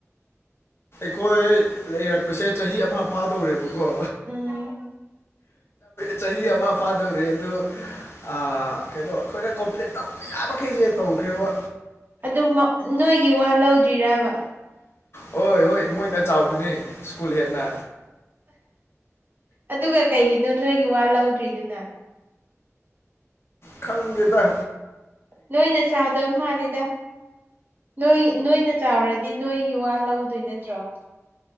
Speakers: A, on the left (about 50°); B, on the right (about 40°).
A: ꯑꯩꯈꯣꯏ ꯂꯩꯔꯛꯄꯁꯦ ꯆꯍꯤ ꯑꯃ ꯐꯥꯗꯧꯔꯦꯕꯀꯣ
B: ꯎꯝ
A: ꯆꯍꯤ ꯑꯃ ꯐꯥꯗꯧꯔꯤ ꯑ ꯀꯩꯅꯣ ꯑꯩꯈꯣꯏꯅ ꯀꯝꯄ꯭ꯂꯠ ꯇꯧꯕ ꯌꯥꯕꯩ ꯑꯩꯁꯦ ꯇꯧꯈ꯭ꯔꯦꯕ
B: ꯑꯗꯨ ꯅꯣꯏꯒꯤ ꯋꯥ ꯂꯧꯗ꯭ꯔꯤꯔꯕ
A: ꯍꯣꯏ ꯍꯣꯏ ꯃꯣꯏꯅ ꯆꯥꯎꯕꯅꯤ ꯁ꯭ꯀꯨꯜ ꯍꯦꯟꯅ
B: ꯑꯗꯨꯒ ꯀꯩꯒꯤꯅꯣ ꯅꯣꯏꯒꯤ ꯋꯥ ꯂꯧꯗ꯭ꯔꯤꯗꯨꯅ
A: ꯈꯪꯒꯦꯗ
B: ꯅꯣꯏꯅ ꯆꯥꯎꯗꯕ ꯃꯥꯜꯂꯤꯗ ꯅꯣꯏ ꯅꯣꯏꯅ ꯆꯥꯎꯔꯗꯤ ꯅꯣꯏꯒꯤ ꯋꯥ ꯂꯧꯗꯣꯏ ꯅꯠꯇ꯭ꯔꯣ